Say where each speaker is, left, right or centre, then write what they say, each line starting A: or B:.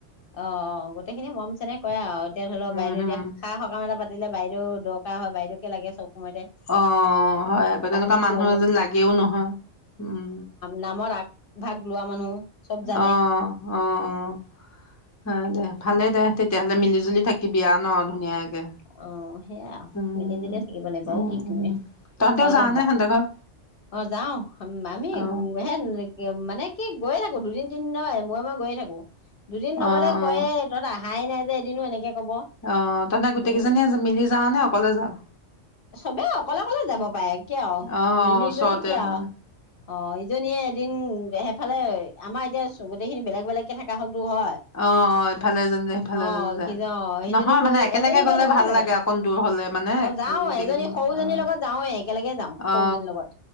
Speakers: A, on the left (about 55°); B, on the left (about 25°).
A: অ', গোটেইখিনি মৰম চেনেহ কৰে আৰু। এতিয়া ধৰি ল'
B: উম
A: বাইদেউ
B: হম
A: এতিয়া সা সকাম এটা পাতিলে বাইদেউ দৰকাৰ হয়, বাইদেউকে লাগে চব সময়তে।
B: অ', হয়, আকৌ তেনেকুৱা
A: অমুকটো
B: মানুহ
A: অমুক
B: এজনী লাগেও নহয় উম।
A: নামৰ আগ ভাগ লোৱা মানুহ। চব জানে
B: অ', অ', অ'। হয় দে ভালে দে তেতিয়াহ'লে মিলি জুলি থাকিবি আৰু ন' ধুনীয়াকে।
A: অ', সেইয়া আৰু
B: উম
A: মিলি জুলিয়ে থাকিব লাগিব
B: উম
A: আৰু কি
B: উম
A: কৰিব,
B: তহঁতেও
A: আৰু
B: যাৱনে
A: এতিয়া
B: সিহঁতৰ ঘৰত
A: অ', যাওঁ, আমি
B: অ
A: উম হে মানে কি গৈয়ে থাকো, দুদিন তিনিদিনৰ মোৰে মোৰে গৈয়ে থাকো, দুদিন নগ'লে
B: অ অ
A: কয়ে তহঁত আহাই নাই যে এদিনো কব।
B: অ', তহঁতে গোটেই
A: দুদিন
B: কেইজনী মিলি যাওঁ নে অকলে যাওঁ?
A: চবেই অকলে অকলে যাব পাৰে কিয় আৰু
B: অ
A: মিলি
B: অ ওচৰতে
A: যোৱাটো কি আৰু
B: মানে
A: অ', ইজনীয়ে এদিন সেইফালে, আমাৰ এতিয়া গোটেই খিনি বেলেগ বেলেগ কে থকা হ'লতো হয়।
B: অ অ ইফালে এজনী যায় সিফালে
A: অ',
B: এজনী যায়
A: কিজ সিজনী
B: নহয়
A: বোৱাৰী
B: মানে একেলগে
A: এক নী বোৱাৰী
B: গ'লে
A: লগতে
B: ভাল
A: থাকে,
B: লাগে অকণ দূৰ হ'লে মানে
A: অ' যাওঁ
B: গোটেইকেইজনী
A: এজনী সৰুজনীৰ
B: অ
A: লগত যাওঁৱে একেলগে যাওঁ, সৰুজনীৰ
B: অ অ
A: লগত।